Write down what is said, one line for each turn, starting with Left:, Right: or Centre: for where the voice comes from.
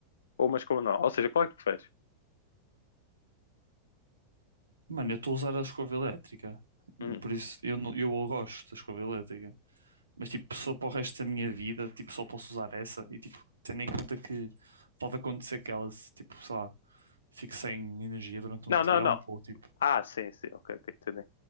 Left: Ou uma escova normal? Ou seja, qual é que preferes?
Right: Mano, eu estou a usar a escova elétrica.
Left: Uhum.
Right: Por isso, eu, não, eu gosto da escova elétrica. mas tipo, só para o resto da minha vida, tipo, só posso usar essa e tipo, tendo
Left: Uhum.
Right: em conta que pode acontecer que ela, se, tipo, sei lá, fique sem energia durante
Left: Não,
Right: um tempo,
Left: não, não.
Right: ou tipo,
Left: Ah, sim, sim. Ok, ok, entendi.